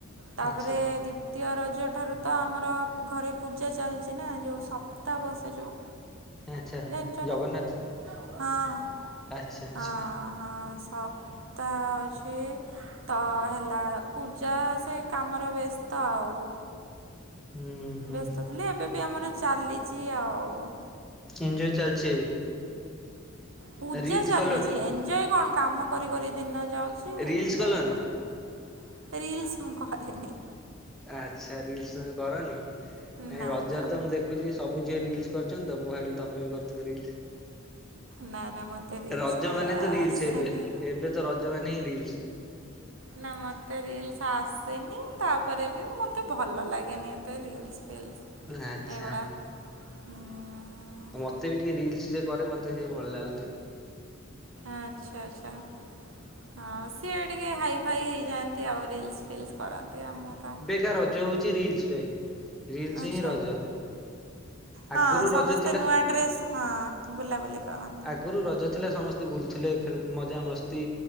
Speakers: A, on the right (about 70°); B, in the centre.
A: ତାପରେ
B: ଆଚ୍ଛା
A: ଦ୍ଵି ଦ୍ବିତୀୟ ରଜ ଠାରୁ ତ ଆମର ଘରେ ପୂଜା ଚାଲିଛି ନା ଯୋଉ ସପ୍ତା ବସେ ଯୋଉ।
B: ଆଚ୍ଛା
A: ଜାଣିଛ ଏଇଟା
B: ଜଗନ୍ନାଥ
A: ହଁ-ହଁ।
B: ଆଚ୍ଛା ଆଚ୍ଛା
A: ହଁ ସପ୍ତା ଅଛି। ତ ହେଲା ପୂଜା ସେ କାମର ବ୍ୟସ୍ତ ଆଉ।
B: ହୁଁ ହୁଁ
A: ବ୍ୟସ୍ତ ଥିଲେ ଏବେ ବି ଆମର ଚାଲିଛି ଆଉ।
B: ଏନ୍ଜୟ ଚାଲିଛି ଏବେ।
A: ପୂଜା
B: ରିଲସ
A: ଚାଲିଛି
B: କଲନି
A: ଏନ୍ଜୟ କଣ କାମ କରି-କରି ଦିନ ଯାଉଛି।
B: ରିଲସ
A: ଏନ୍ଜୟ
B: କଲନି
A: କଣ ରିଲ୍ସ ମୁଁ କରେନି।
B: ଆଚ୍ଛା ରିଲ୍ସ ତମେ କରନି ନାଇ
A: ନା
B: ରଜରେ
A: ନା।
B: ତ ମୁଁ ଦେ ଦେଖୁଛି ସବୁ ଝିଅ ରିଲ୍ସ କରୁଛନ୍ତି ତ ମୁଁ ଭାବିଲି ତମେ ବି କରୁଥିବ ରିଲ୍ସ।
A: ନା ନା ମୋତେ ରିଲ୍ସ
B: ରଜ
A: କରିବା
B: ମାନେ ତ ରିଲ୍ସ
A: ଆସେନି।
B: ଏବେ-ଏବେ ତ ରଜ ମାନେ ହିଁ ରିଲ୍ସ।
A: ନା ମତେ ରିଲ୍ସ ଆସେନି ତାପରେ ବି ମତେ ଭଲ ଲାଗେ ଲାଗେନି ଏତେ ରିଲ୍ସ ଫିଲ୍ସ।
B: ଆଚ୍ଛା।
A: ଏଗୁଡ଼ା ହୁଁ।
B: ମତେ ବି ଟିକେ ରିଲ୍ସ ଯିଏ କରେ ମତେ ସିଏ ଭଲ ଲାଗନ୍ତି।
A: ଆଚ୍ଛା-ଆଚ୍ଛା ହଁ ସିଏ ଟିକେ ହାଇ ଫାଇ ହେଇଯାଆନ୍ତି ଆଉ। ରିଲ୍ସ ଫିଲ୍ସ କରନ୍ତି ଆଉ ମୁଁ ତ
B: ଏଇକା ରଜ ହଉଛି ରିଲ୍ସ ପାଇଁ ରିଲ୍ସ
A: ଆଚ୍ଛା।
B: ହିଁ ରଜ। ଆଗରୁ
A: ହଁ ସମସ୍ତେ
B: ରଜ ଥିଲା
A: ନୂଆ ଡ୍ରେସ୍ ହଁ ବୁଲାବୁଲି କରନ୍ତି।
B: ଆଗରୁ ରଜ ଥିଲା ସମସ୍ତେ ବୁଲୁଥିଲେ ଖେଳୁ ମଜା ମସ୍ତି